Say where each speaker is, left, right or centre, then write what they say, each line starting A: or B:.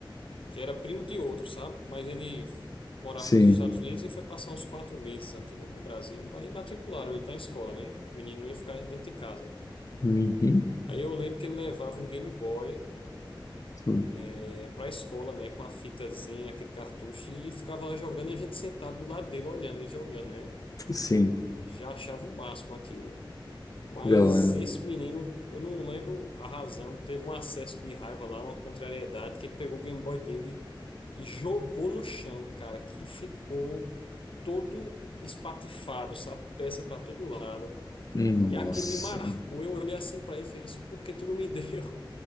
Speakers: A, on the left; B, on the left.
A: que era primo de outro, sabe? Mas ele morava
B: Sim.
A: nos Estados Unidos e foi passar uns quatro meses aqui no, no Brasil. Aí matricularam ele na escola, né? O menino não ia ficar dentro de casa.
B: Uhum.
A: Aí eu lembro que ele levava um Game Boy
B: Sim.
A: é, pra escola, né? Com a fitazinha, aquele cartucho, e ficava lá jogando e a gente sentado do lado dele olhando ele jogando, né?
B: Sim.
A: Já achava o máximo aquilo. Mas
B: Que da hora.
A: esse menino, eu não lembro a razão, teve um acesso de raiva lá, uma contrariedade, que ele pegou o Game Boy dele e jogou no chão, cara, que ficou todo espatifado, sabe? Peça para todo lado.
B: Nossa.
A: E aquilo me marcou. Eu olhei assim para ele e fez: Por que tu não me deu?